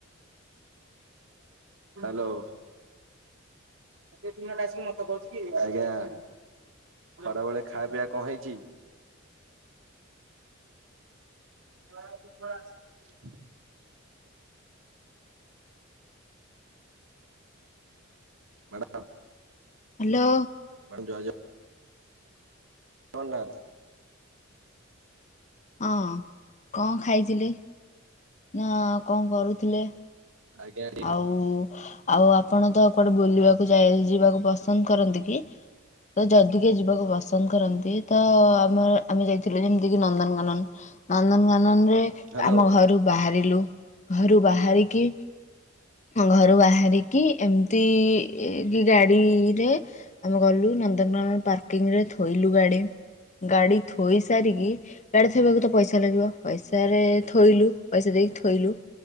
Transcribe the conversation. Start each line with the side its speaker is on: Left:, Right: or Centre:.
Right: ହ୍ୟାଲୋ। ସେ ଦିନଟା ଆସିକି ମତେ କୋହୁଚି କି <unintelligible> ଖରାବେେଳେ ଖା ପିଆ କଁ ହେଇଚି? <unintelligible> ମ୍ୟାଡ଼ାମ୍।
Left: ହାଲୋ।
Right: ମ୍ୟାଡାମ ଜୟଜଗନ୍ନାଥ। <unintelligible>
Left: ଅଁ କଁ ଖାଇଥିଲେ? ନା କଣ କରୁଥିଲେ?
Right: ଆଜ୍ଞା <unintelligible>
Left: ଆଉ ଆଉ ଆପଣ ତ କୁଆଡେ ବୁଲିବାକୁ ଯାଇ ଯିବାକୁ ପସନ୍ଦ କରନ୍ତି କି? ତ ଯଦି କି ଯିବାକୁ ପସନ୍ଦ କରନ୍ତି ତ ଆମର ଆମେ ଯାଇଥିଲୁ ଯେମିତିକି ନନ୍ଦନକାନନ। ନନ୍ଦନ ଗାନନରେ
Right: ହ୍ୟାଲୋ
Left: ଆମ ଘରୁ ବାହାରିଲୁ ଘରୁ ବାହାରିକି
Right: ଆଜ୍ଞା
Left: ଘରୁ ବାହାରିକି ଏମିତି କି ଗାଡ଼ିରେ ଆମେ ଗଲୁ ନନ୍ଦନକାନନ ପାର୍କିଂରେ ଥୋଇଲୁ ଗାଡି ଗାଡି ଥୋଇ ସାରିକି ଗାଡି ଥୋଇବାକୁ ତ ପଇସା ଲାଗିବ ପଇସା ତାରେ ଥୋଇଲୁ ପଇସା ଦେଇକି ଥୋଇଲୁ